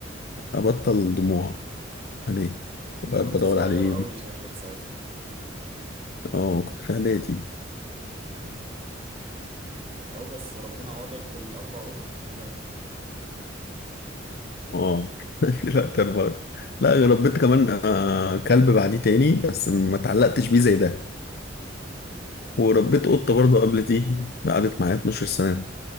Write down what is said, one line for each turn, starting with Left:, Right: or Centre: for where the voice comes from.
Left: أبطل دموع عليه وقاعد
Right: انت كنت
Left: بدور
Right: صغير
Left: عليه
Right: قوي شكلك ساعتها
Left: اه كنت في اعدادي
Right: مم. اهو بس ربنا عوضك بالاربع قطط دلوقتي
Left: اه <laughs> لا تربط لا ربيت كمان آه كلب بعديه تاني بس ما اتعلقتش بيه زي ده
Right: <laughs>
Left: وربيت قطة برضه قبل دي قعدت معايا 12 سنة